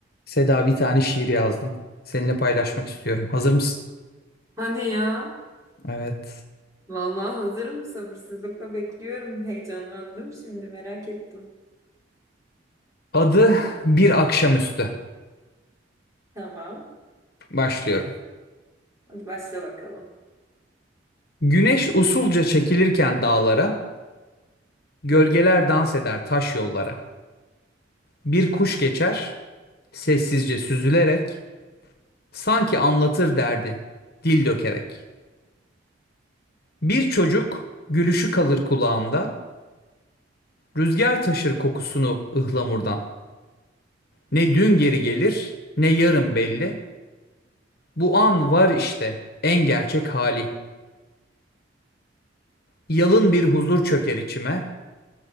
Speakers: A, on the left; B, on the right.
A: Seda bir tane şiir yazdım. Seninle paylaşmak istiyorum. Hazır mısın?
B: Hadi ya.
A: Evet.
B: Vallahi hazırım. Sabırsızlıkla bekliyorum. Heyecanlandım şimdi merak ettim.
A: Adı Bir Akşamüstü.
B: Tamam.
A: Başlıyorum.
B: Hadi başla bakalım.
A: Güneş usulca çekilirken dağlara, gölgeler dans eder taş yollara. Bir kuş geçer, sessizce süzülerek, sanki anlatır derdi, dil dökerek. Bir çocuk gülüşü kalır kulağımda, rüzgar taşır kokusunu ıhlamurdan. Ne dün geri gelir, ne yarın belli. Bu an var işte en gerçek hali. Yalın bir huzur çöker içime,